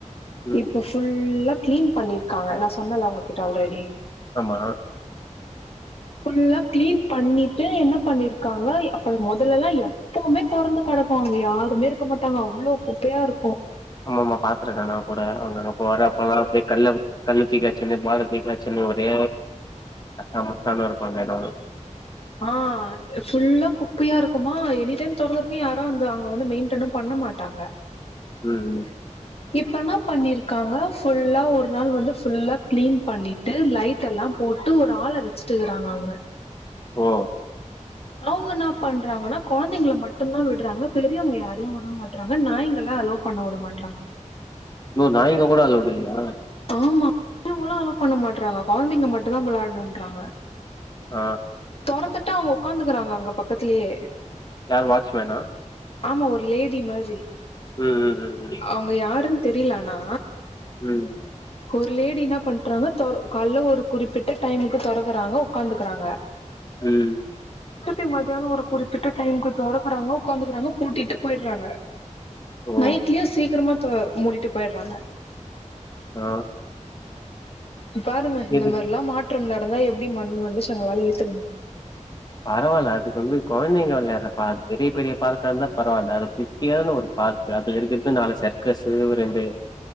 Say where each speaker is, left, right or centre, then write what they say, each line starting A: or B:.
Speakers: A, on the left; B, on the left.
A: ம்
B: இப்போ ஃபுல்லா க்ளீன் பண்ணி இருக்காங்க நா சொன்னேல்ல உங்ககிட்ட ஆல்ரெடி
A: ஆமா
B: ஃபுல்லா க்ளீன் பண்ணிட்டு என்ன பண்ணிருக்காங்க அப்ப மொதல்லல்லா எப் எப்பவுமே தெறந்து கெடக்கு அங்க யாருமே இருக்க மாட்டாங்க அவ்ளோ குப்பையா இருக்கு
A: ஆமா ஆமா பாத்துருக்கே நா கூட அங்க அப்ப வரப்பலா அப்டியே கல்ல கல்ல தூக்கி அட்ச்ச மாரி பால தூக்கி அட்ச்ச மாரி ஒரே கச்சா முச்சானு இருக்கு அந்த எடோ
B: ஆ அ ஃபுல்லா குப்பையா இருக்குமா எனி டைம் தொறந்து இருக்கு யாரு வந்து அங்க வந்து மெயின்டனு பண்ண மாட்டாங்க
A: ம் ம்
B: இப்பென்ன பண்ணிருக்காங்க ஃபுல்லா ஒரு நாள் வந்து ஃபுல்லா கிளீன் பண்ணிட்டு லைட் லைட்டெல்லா போட்டு ஒரு ஆள வச்சுட்டு இருக்றாங்க அங்க
A: ஓ
B: அவுங்க என்ன பண்றாங்கன்னா கொழந்தைங்கள மட்டுந்தா விடுறாங்க பெரியவங்க யாரையு உட மாட்றாங்க நாய்ங்கல்லா அலோ பண்ண வுட மாட்டாங்க
A: ஓ நாய்ங்க கூட அலோடு இல்லையா
B: ஆமா அவங்களு அலோ பண்ண மாட்றாங்க கொழந்தைங்க மட்டுந்தா விளாட்ணுன்றாங்க
A: ஆ
B: தொறந்துட்டா அவுங்க உக்காந்துக்கறாங்க அங்க பக்கத்துலேயே
A: யார் வாட்ச்மேனா
B: ஆமா ஒரு லேடி மாரி
A: ம் ம் ம் ம்
B: அவுங்க யாருன் தெரில ஆனா
A: ம்
B: ஒரு லேடி என்ன பண்றாங்க தொற கால்ல ஒரு குறிப்பிட்ட டைமுக்கு தொறக்குறாங்க உக்காந்துக்றாங்க
A: ம்
B: ட்டுட்டு மத்தியான ஒரு குறிப்பிட்ட டைம்க்கு தொறக்குறாங்க உக்காந்துக்கறாங்க பூட்டிட்டு போயிர்றாங்க
A: ஓ
B: நைட்லயு சீக்கிரமா தொ மூடிட்டு போயிர்றாங்க
A: ஆ
B: பாருங்க இந்த
A: எது
B: மாரில்லா மாற்றம் நடந்தா எப்டி மன் மனுஷங்ளால ஏத்துக்க மு
A: பரவால்ல அதுக்கு வந்து கொழந்தைங்க விளையாற பார்க் பெரிய பெரிய பார்க்கா இருந்தா பரவால்ல அது குட்டியான ஒரு பார்க் அதுல இருக்கறது நாலு சர் க்கசு ரெண்டு